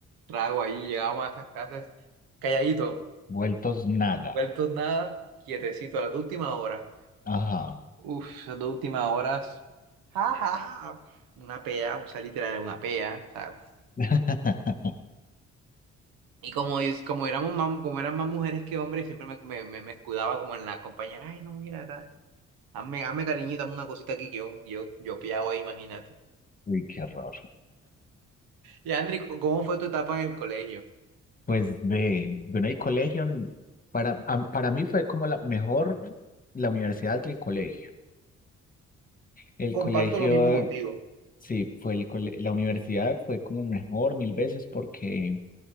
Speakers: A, on the right; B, on the left.
A: trago ahí, llegábamos a esas casas calladito.
B: Vueltos nada.
A: Vueltos nada, quietecito a las dos últimas horas.
B: Ajá.
A: Uf, esas dos últimas horas. Ja, ja, ja. Una pea, o sea, literal, una pea. o sea.
B: <laughs>
A: Y como, yo- como, éramos más, como eran más mujeres que hombres, siempre me, me, me- me escudaba como en la compañera. Ay, no, mira, tal. Hazme, hazme cariñito, hazme una cosita aquí que yo, yo, yo piado ahí, imagínate.
B: Uy, qué horror.
A: Y Andri, ¿cómo cómo fue tu etapa en el colegio?
B: Pues de, bueno, el colegio, para, a- para mí fue como la mejor la universidad que el colegio. El
A: Comparto
B: colegio,
A: lo mismo contigo.
B: sí, fue el cole- la universidad fue como mejor mil veces porque